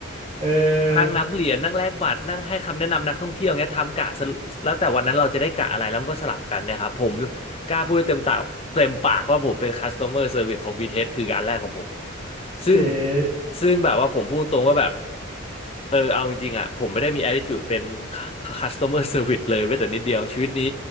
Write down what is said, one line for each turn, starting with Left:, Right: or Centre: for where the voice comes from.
Right: เออ
Left: นั่งนับเหรียญนั่งแลกบัตรนั่งให้คำแนะนำนักท่องเที่ยวเงี้ยทำกะสรุแล้วแต่วันนั้นเราจะได้กะอะไรแล้วมันก็สลับกันเนี่ยครับผมกล้าพูดได้เต็มปากเต็มปากว่าผมเป็น customer service ของ BTS คืองานแรกของผมซึ่ง
Right: เชด
Left: ซึ่งแบบว่าผมพูดตรงว่าแบบเออเอาจริงๆอ่ะผมไม่ได้มี attitude เป็น customer service เลยแม้แต่นิดเดียวชีวิตนี้